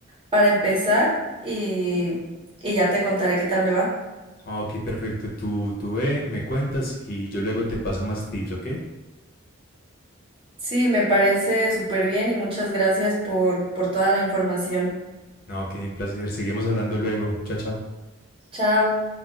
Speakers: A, on the right; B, on the left.
A: para empezar y, y ya te contaré qué tal me va.
B: Ah, Ok, perfecto. Tú, tú ve, me cuentas y yo luego te paso más tips, ¿ok?
A: Sí, me parece súper bien y muchas gracias por, por toda la información.
B: No, ok, un placer. Seguimos hablando luego. Chao, chao.
A: Chao.